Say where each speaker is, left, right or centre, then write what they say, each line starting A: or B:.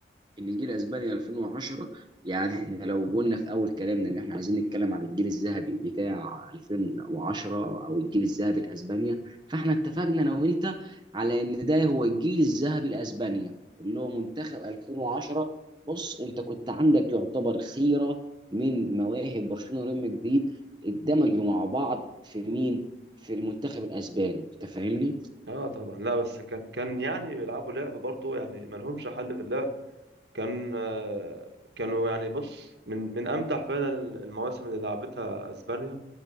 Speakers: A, on the right; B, on the right.
A: ان جيل اسبانيا 2010 يعني <laughs> احنا لو قلنا في اول كلامنا ان احنا عايزين نتكلم عن الجيل الذهبي بتاع 2010 او الجيل الذهبي لاسبانيا فاحنا اتفقنا انا وانت على ان ده هو الجيل الذهبي لاسبانيا اللي هو منتخب 2010 بص انت كنت عندك يعتبر خيره من مواهب برشلونه وريال مدريد اندمجوا مع بعض في مين؟ في المنتخب الاسباني انت فاهمني؟
B: اه طبعا لا بس كان كان يعني بيلعبوا لعب برضه يعني ما لهمش حل في اللعب كان آه، كانوا يعني بص من من امتع فعلا المواسم اللي لعبتها اسبانيا